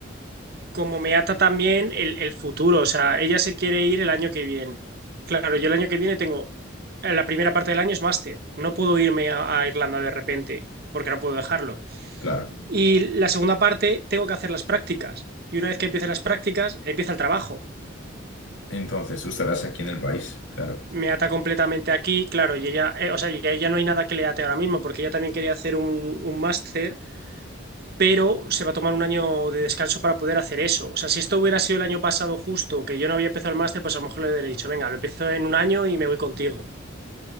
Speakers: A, on the right (about 50°); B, on the left (about 65°).
A: como me ata también el, el futuro. O sea, ella se quiere ir el año que viene. Claro, yo el año que viene tengo, eh, la primera parte del año es máster. No puedo irme a, a Irlanda de repente porque no puedo dejarlo.
B: Claro.
A: Y la segunda parte tengo que hacer las prácticas. Y una vez que empiece las prácticas, empieza el trabajo.
B: Entonces, tú estarás aquí en el país. Claro.
A: Me ata completamente aquí, claro, y ella, eh, o sea, ya, ya no hay nada que le ate ahora mismo, porque ella también quería hacer un, un máster pero se va a tomar un año de descanso para poder hacer eso. O sea, si esto hubiera sido el año pasado justo, que yo no había empezado el máster, pues a lo mejor le hubiera dicho, venga, lo empiezo en un año y me voy contigo.